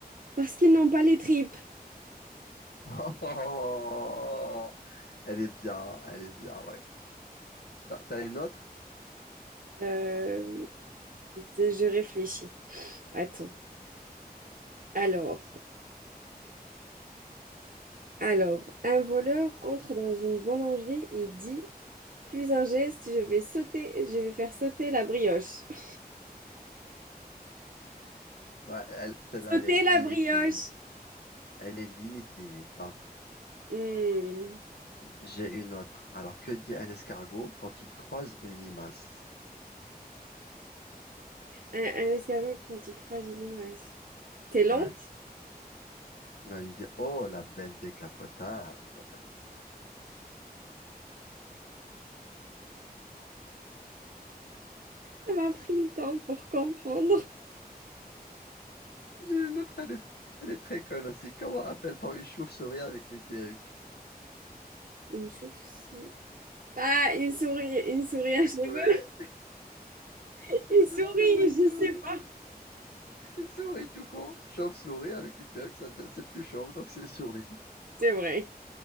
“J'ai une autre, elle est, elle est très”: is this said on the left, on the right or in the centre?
Left